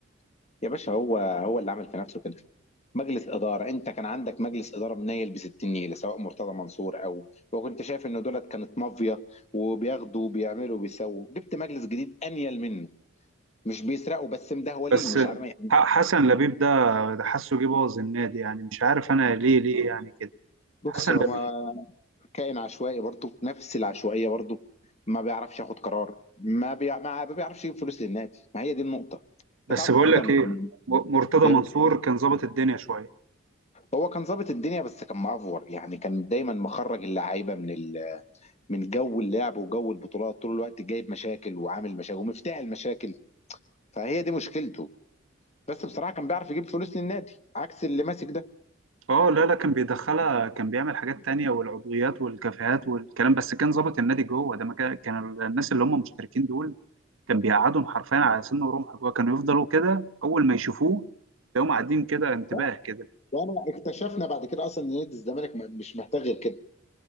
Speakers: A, on the left; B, on the right.
A: يا باشا هو هو اللي عمل في نفسه كده مجلس إدارة أنت كان عندك مجلس إدارة منيل بستين نيلة سواء مرتضى منصور أو وكنت شايف إن دولت كانت مافيا وبياخدوا وبيعملوا وبيسووا جبت مجلس جديد أنيل منه مش بيسرقوا بس مدهولين
B: بس
A: مش عارف يعني
B: ح- حسن لبيب ده ده حسه جه بوظ النادي يعني مش عارف انا ليه ليه يعني كده
A: بص
B: حسن
A: هو
B: لبيب
A: ما- كائن عشوائي برضه نفس العشوائية برضه ما بيعرفش ياخد قرار ما, بي... ما بيعرفش يجيب فلوس للنادي ما هي دي النقطة انت
B: بس
A: تعرف
B: بقول
A: اصلا
B: لك ايه
A: إن-
B: م- مرتضى
A: إيه؟
B: منصور كان ظابط الدنيا شويه
A: هو كان ظابط الدنيا بس كان معفور يعني كان دايما مخرج اللعيبه من ال... من جو اللعب وجو البطولات طول الوقت جايب مشاكل وعامل مشاكل ومفتاح المشاكل فهي دي مشكلته بس بصراحه كان بيعرف يجيب فلوس للنادي عكس اللي ماسك ده
B: اه لا لا كان بيدخلها كان بيعمل حاجات تانية والعضويات والكافيهات والكلام بس كان ظابط النادي جوه ده ما كان كان الناس اللي هم مشتركين دول كان بيقعدهم حرفيا على سن ورمح جوه كانوا يفضلوا كده اول ما يشوفوه تلاقيهم قاعدين كده انتباه
A: لا
B: كده
A: وانا اكتشفنا بعد كده اصلا ان نادي الزمالك م- مش محتاج غير كده